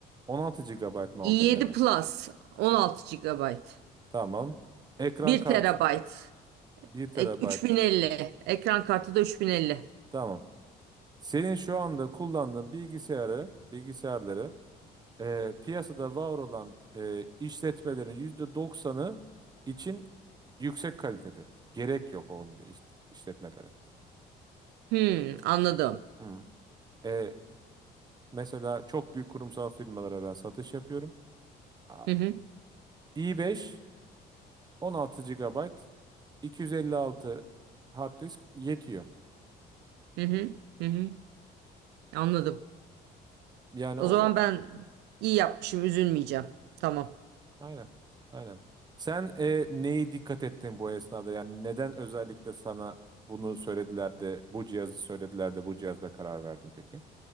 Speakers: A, on the right; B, on the right.
A: 16 GB mı aldın
B: i7
A: RAM'i?
B: Plus 16 gigabayt
A: Tamam. Ekran
B: bir
A: kartı
B: TB
A: bir TB.
B: ek- 3050 ekran kartı da 3050.
A: Tamam. Senin şu anda kullandığın bilgisayarı, bilgisayarları e, piyasada var olan e, işletmelerin yüzde doksanı için yüksek kalitede. Gerek yok onun iş- işletmelere.
B: Hmm, anladım.
A: Hı. E, mesela çok büyük kurumsal firmalara ben satış yapıyorum. Aa,
B: Hı hı
A: i5 16 GB 256 hard disk yetiyor.
B: hı hı hı hı, anladım.
A: Yani
B: O
A: o
B: zaman ben iyi yapmışım üzülmeyeceğim. Tamam.
A: Aynen. Aynen. Sen e, neyi dikkat ettin bu esnada? Yani neden özellikle sana bunu söylediler de bu cihazı söylediler de bu cihazda karar verdin peki?